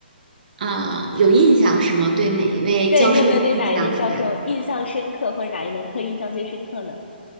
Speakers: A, on the right (about 50°); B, on the left (about 85°).
A: 啊、有印象是吗？对哪一位教授有印象是吧？
B: 对，你有没有对哪一位教授印象深刻，或者哪一门课印象最深刻呢？